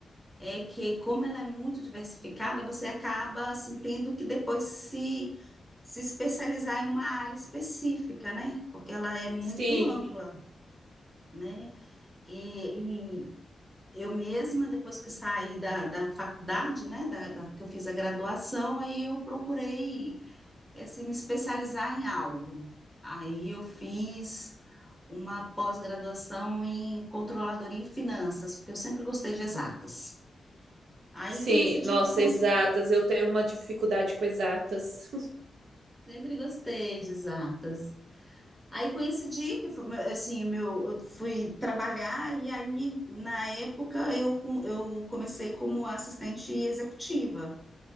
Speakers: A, in the centre; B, on the right.
A: é que como ela é muito diversificada, você acaba assim tendo que depois se se especializar em uma área específica, né? Porque ela é muito
B: Sim,
A: ampla. né? E, e eu mesma, depois que saí da, da faculdade, né, da, da- que eu fiz a graduação, aí eu procurei assim, me especializar em algo. Aí eu fiz uma pós-graduação em controladoria e finanças, porque eu sempre gostei de exatas. Aí
B: sim.
A: com esse dia
B: Nossa,
A: que eu consegui,
B: exatas. Eu tenho uma dificuldade com exatas.
A: sempre gostei de exatas. Aí coincidi que foi, assim, meu, eu fui trabalhar e aí na época eu, com- eu comecei como assistente executiva.